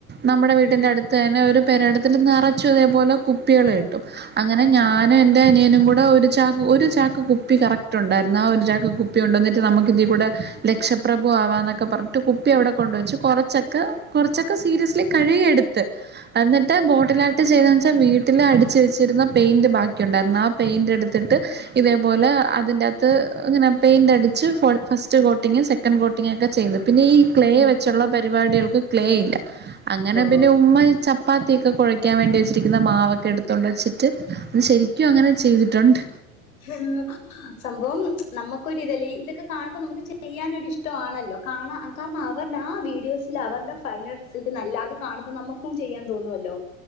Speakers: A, on the right; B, on the left.
A: നമ്മുടെ വീട്ടിന്റെ
B: ഉം
A: അടുത്ത് തന്നെ ഒരു- പേരടത്തിന്റ നറച്ചു അതേപോലെ കുപ്പികൾ കിട്ടും അങ്ങനെ
B: ഉം
A: ഞാ
B: ഉം
A: - എന്റെ അനിയനും കൂടെ ഒരു ചാക്ക് ഒരു ചാക്ക് കുപ്പി കറക്റ്റ് ഉണ്ടായിരുന്നു ആ ഒരു ചാക്ക് കുപ്പി കൊണ്ടുവന്നിട്ട് നമുക്ക് ഇതിക്കൂടെ- ലക്ഷപ്രഭു ആവാൻന്നൊക്കെ പറഞ്ഞു- ട്ട് കുപ്പി അവിടെ കൊണ്ടോച്ച് കൊറച്ചൊക്കെ കുറച്ചൊക്കെ സീരിയസ്ലി കഴുകിയെടു ത്ത് എന്നിട്ട് ബോട്ടിലാ ആർട്ട് ചെയ്ത വെച്ചാ
B: ഉം
A: വീട്ടിൽ അടിച്ച് വെച്ചിരുന്ന പെയിന്റ് ബാക്കി ബാക്കി ഉണ്ടായിരുന്ന ആ പെയിന്റ് എടുത്തിട്ട് ഇതേപോലെ
B: ഉം
A: അതിനത്ത് അങ്ങനെ പെയിന്റ് അടിച്ച് ഫസ്റ്റ് കോട്ടിങ്ങ് സെക്കൻഡ് കോട്ടിങ്ങ് ഒക്കെ ചെയ്ത് പിന്നെ ഈ ക്ലേ
B: ഉം
A: വെച്ചുള്ള പ പരിപാടികൾക്ക് ക്ലെയ് ഇല്ല അങ്ങനെ
B: ഓ
A: പിന്നെ ഉമ്മ ചപ്പാത്തിക്കെ കുയക്കാൻ വേണ്ടി വെ രിക്കുന്ന മാവൊക്കെ എടുത്തൊണ്ട് വെച്ചിട്ട് അത് ശരിക്കും അങ്ങനെ ചെയ്തിട്ടുണ്ട്.
B: ഉമ് സംഭവം നമ്മുക്കൊരുതല്ലേ ഇ ഇതൊക്കെ കാണുമ്പോൾ നമുക്ക് ചെയ്യാനൊരു ഇഷ്ടാണല്ലോ കാണ കാരണം അവരുടെ ആ വീഡിയോസിൽ അവരുടെ ഫൈനൽ റിസൾട്ട് നല്ലാ അത് കാണുമ്പോ നമ്മുക്കും ചെയ്യാൻ തോന്നുവല്ലോ